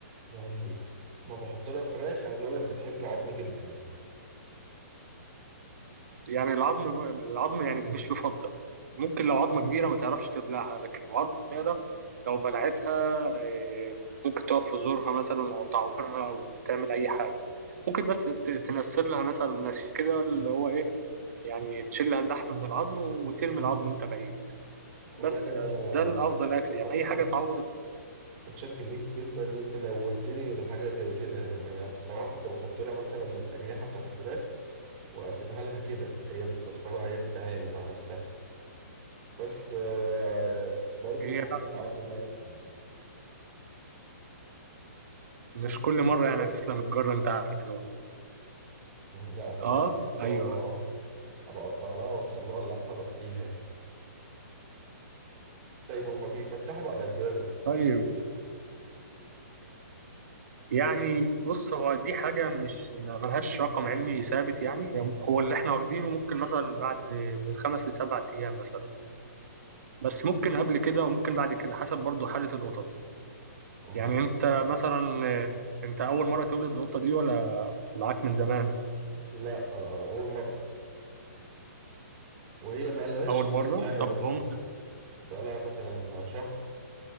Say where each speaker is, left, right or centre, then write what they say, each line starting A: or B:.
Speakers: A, on the right; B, on the right.
A: يعني ما بحط لها فراخ عايز أقول لك بتحب العظم جدا يعني
B: يعني العظم العظم يعني مش يفضل ممكن لو عظمة كبيرة ما تعرفش تبلعها لكن لو عظمة صغيرة لو بلعتها آه، ممكن تقف في زورها مثلا أو تعورها أو تعمل أي حاجة ممكن بس ت- تنسل لها مثلا نسيج كده اللي هو إيه يعني تشيل لها اللحم من العظم وترمي العظم أنت بعيد
A: والله
B: بس
A: أنا
B: آه، ده الأفضل
A: متشكر
B: أكل يعني
A: أصلا
B: أي حاجة تعوض ال-
A: متشكر ليك جدا إن أنت نوهتني لحاجة زي كده يعني أنا بصراحة كنت بحط لها مثلا الأجنحة بتاعت الفراخ وأسيبها لها كده هي بتكسرها هي بتتعامل مع نفسها بس آه، برضو
B: هي
A: موضوع
B: لا
A: العظم ده لا يعني
B: مش
A: ممكن
B: كل مرة يعني
A: أول
B: هتسلم الجرة أنت عارف يعني
A: لا أنا
B: آه
A: بعد كده إن شاء
B: أيوه
A: الله هبقى أقطع لها وأوصل لها اللحمة لوحديها يعني طيب هما بيفتحوا بعد قد إيه يا دكتور؟
B: طيب يعني بص هو دي حاجة مش ما- ملهاش رقم علمي ثابت يعني هو اللي احنا واخدينه ممكن مثلا بعد من خمس لسبعة أيام مثلا بس ممكن قبل كده وممكن بعد كده حسب برضو حالة القطط
A: مم.
B: يعني انت مثلا انت أول مرة تولد القطة دي ولا معاك من زمان
A: لا آه، أول مرة وهي بقالهاش
B: أول
A: كتير
B: مرة
A: معايا
B: طب
A: أصلا
B: هم
A: بقالها مثلا شهر